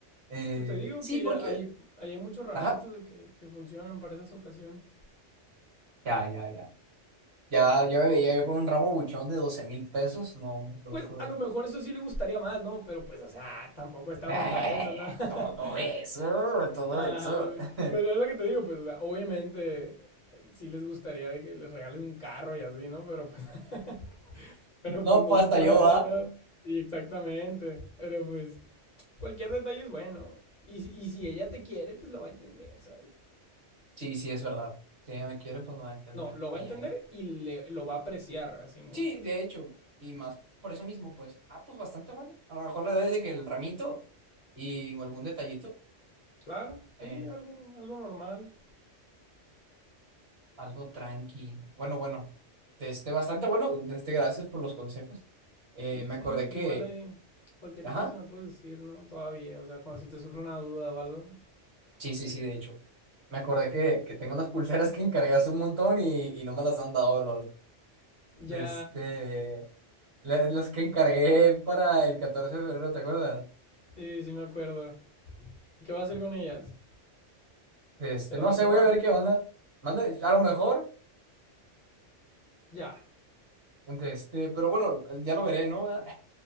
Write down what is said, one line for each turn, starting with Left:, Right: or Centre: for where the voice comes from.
Right: Eh,
Left: Pues te digo
Right: sí,
Left: que
Right: porque.
Left: hay, hay muchos ramitos
Right: Ajá.
Left: que, que funcionan para esas ocasiones.
Right: Ya, ya, ya. Ya, yo me veía yo con un ramo buchón de doce mil pesos. No, hombre, loco.
Left: Pues a lo mejor eso sí le gustaría más, ¿no? Pero pues, o sea, tampoco estamos
Right: Eh,
Left: para eso, ¿no? <laughs>
Right: todo eso, todo
Left: Ah,
Right: eso.
Left: pero
Right: <laughs>
Left: es lo que te digo, pues, o sea, obviamente eh, sí les gustaría de que les regales un carro y así, ¿no? Pero pues, <laughs> pero
Right: No,
Left: pues no
Right: pues
Left: se
Right: hasta
Left: puede,
Right: yo, ¿ah?
Left: ¿no? Sí, exactamente. Pero pues, cualquier detalle es bueno. Y, si- y si ella te quiere, pues lo va a entender, ¿sabes?
Right: Sí, sí, es verdad. Si ella me quiere, pues lo va a entender.
Left: No, lo
Right: Vaya,
Left: va a entender
Right: ¿eh?
Left: y le, lo va a apreciar así mucho
Right: Sí,
Left: de
Right: de
Left: que,
Right: hecho, y más por eso mismo, pues, ah, pues bastante bueno. A lo mejor le doy de que el ramito y o algún detallito,
Left: Claro,
Right: eh,
Left: sí, algo, algo normal.
Right: algo tranqui. Bueno, bueno, este, bastante bueno. Este, gracias por los consejos. Eh,
Left: Sí,
Right: me
Left: sí,
Right: acordé
Left: igual
Right: que,
Left: ahí cualquier
Right: ajá,
Left: cosa me puedes decir, ¿no? Todavía, o sea, cuando si te surge una duda o algo.
Right: sí, sí, sí, de hecho, me acordé que, que tengo unas pulseras que encargué hace un montón y, y no me las han dado, lol. De
Left: Ya,
Right: Este, la- las que encargué para el 14 de febrero, ¿te acuerdas?
Left: sí, sí me acuerdo. ¿Y qué vas a hacer con ellas?
Right: De Este,
Left: ¿Se las
Right: no
Left: vas
Right: sé,
Left: a dar?
Right: voy a ver qué onda. Manda, a lo mejor.
Left: Ya,
Right: De este, pero bueno, ya lo veré, ¿no? ¿Verdad?